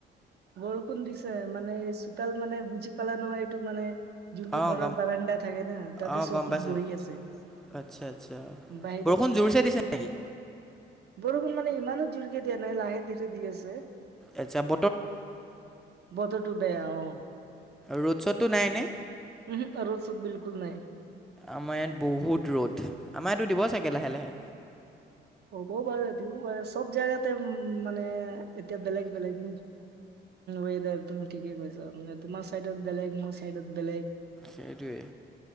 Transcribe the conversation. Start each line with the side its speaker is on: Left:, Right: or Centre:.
Right: বৰষুণ দিছে মানে চোতাল মানে বুজি পালা নহয় এইটো মানে যোনটো
Centre: অঁ
Right: ঘৰৰ
Centre: গম
Right: বাৰাণ্ডা থাকে না তাতে
Centre: অঁ
Right: চকীত
Centre: গম পাইছোঁ
Right: বহি আছে
Centre: আচ্ছা আচ্ছা
Right: বাহিৰত
Centre: বৰষুণ
Right: মানে
Centre: জোৰ চ দিছে নেকি
Right: বৰষুণ মানে ইমানো জুৰিকে দিয়া নাই লাহে দিটো দি আছে
Centre: এ যাব
Right: বতৰটো বেয়া অ
Centre: ৰ'ড শ্ব'ত টো নাই নে
Right: উহু ৰ'দ চ'দ বিলকুল নাই।
Centre: আমাৰ ইয়াত বহুত ৰ'দ আমাৰ ইয়াতো দিব চাগে লাহে লাহে
Right: হ'ব পাৰে দিব পাৰে চব জেগাতে উ মানে এতিয়া বেলেগ বেলেগ উ ৱদাৰ তুমি ঠিকে কৈছ তোমাৰ চাইডত বেলেগ মোৰ চাইডত বেলেগ
Centre: সেইটোৱে